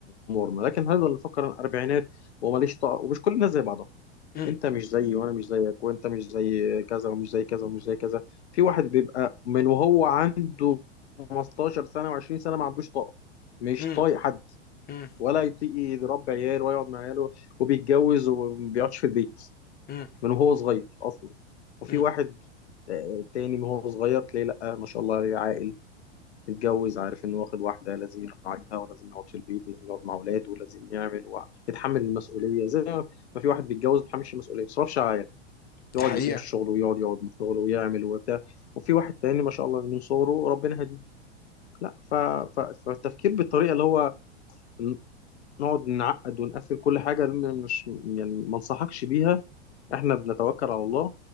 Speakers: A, on the left; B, on the left.
A: امورنا لكن هنفضل نفكر أنا اربعينات وماليش طاقه ومش كل الناس زي بعضها
B: إمم،
A: انت مش زيي وانا مش زيك وانت مش زي كذا ومش زي كذا ومش زي كذا في واحد بيبقى من وهو عنده 15 سنه و20 سنه ما عندوش طاقه مش
B: إمم،
A: طايق حد
B: إمم،
A: ولا يطيق يربي عيال ولا يقعد مع عياله وبيتجوز وما بيقعدش في البيت
B: إمم،
A: من وهو صغير اصلا وفي
B: إمم،
A: واحد آه، تاني من وهو صغير تلاقيه لا ما شاء الله عليه عاقل متجوز عارف انه واخد واحده لازم يراعيها ولازم يقعد في البيت ولازم يقعد مع اولاده ولازم يعمل ويتحمل المسؤوليه زي ما ما في واحد بيتجوز ما بيتحملش المسؤوليه ما بيصرفش على يقعد
B: دي حقيقة،
A: يسيب الشغل ويقعد يقعد من شغله ويعمل وبتاع وفي واحد تاني ما شاء الله من صغره ربنا هديه لا ف... ف... فالتفكير بالطريقه اللي هو ن- نقعد نعقد ونقفل كل حاجه م- مش يعني ما انصحكش بيها احنا بنتوكل على الله